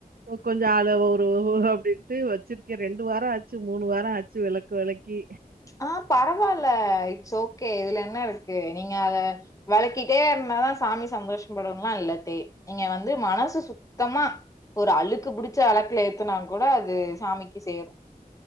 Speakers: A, on the right; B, on the left.
A: கொஞ்சம் அள ஒரு அப்டின்ட்டு வச்சிருக்கேன் ரெண்டு வாரம் ஆச்சு மூணு வாரம் ஆச்சு விளக்கு விளக்கி
B: ஹா பரவால்ல இட்ஸ் ஓக் கே இதுல என்ன இரு க்கு நீங்க அத விளக்கிட்டே இருந்தா தான் சாமி சந்தோஷப்படணுலா இல்லத்தே நீங்க வந்து மனசு சுத்தமா ஒரு அழுக்கு புடிச்ச விளக்குல ஏத்துனா கூட அது சாமிக்கு சேரும்